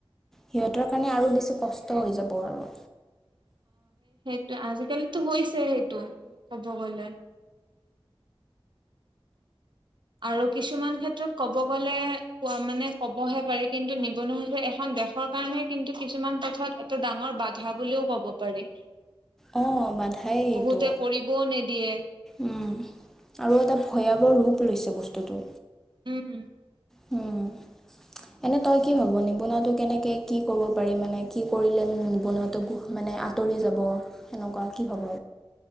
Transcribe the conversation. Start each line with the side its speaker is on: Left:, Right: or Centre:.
Centre: সিহঁতৰ মানে আৰু বেছি কষ্ট হৈ যাব আৰু।
Right: ত' আজিকালিতো হৈছে সেইটো ক'ব গলে। আৰু কিছুমান ক্ষেত্ৰত ক'ব গ'লে কোৱা মানে কবহে পাৰি কিন্তু নিবনুৱা হৈছে এখন দেশৰ কাৰণে কিন্তু কিছুমান পথত এইটো ডাঙৰ বাধা বুলিও ক'ব পাৰি।
Centre: অ' বাধাই এইটো,
Right: বহুতে কৰিবও নিদিয়ে
Centre: উম। আৰু এটা ভয়াৱহ ৰূপ লৈছে বস্তুটো।
Right: উম।
Centre: হম। এনে তই কি ভাব নিবনুৱটো কেনেকে কি কৰিব পাৰি মানে কি কৰিলে মানে নিবনুৱাটো মানে আত তৰি যাব সেনেকুৱা কি ভাব?